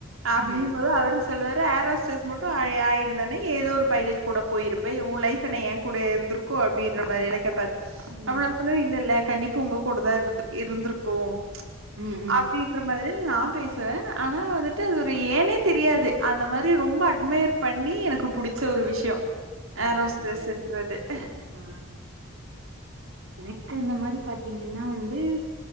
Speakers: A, on the right; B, on the right.
A: அப்படிங்கு
B: ம்.
A: போது அவரு சொல்லுவாரு ஏர் ஹோஸ்டஸ் மட்டூ ஆயி ஆயிருந்தேனே ஏதோ ஒரு பைலட் கூட போயிருப்ப உன் லைப் ஏ என் கூட இருந்திருக் கூ அப்படின்ற மாரில்லா கேப்பாரு அப்ப
B: ம்.
A: நா சொல்லுவே இல்ல இல்ல கண்டிப்பா உங்க கூடதா இருந்து இருந்திருக்கும்
B: ம். ம்.
A: அப்படின் என்ற மாதிரி நா பேசுவே ஆனா வந்துட்டு அது ஒரு ஏனே தெரியாது அந்த மாதிரி ரொம்ப அட்மயர் பண்ணி எனக்கு புடிச்ச ஒரு விஷயோ ஹேரோஸ்டஸ்ன்றது
B: ஓகே.
A: <inaudible>
B: ஆ எனக்கு அந்த மாதிரி பாத்தீங்கன்னா வந்து